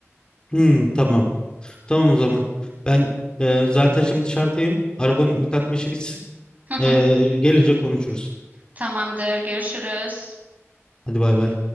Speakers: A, on the left; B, on the right.
A: Hmm, tamam. Tamam o zaman. Ben e, zaten şimdi dışarıdayım. Arabanın yıkatma işi bitsin.
B: <laughs>
A: E, gelince konuşuruz.
B: Tamamdır. Görüşürüz.
A: Hadi bay bay.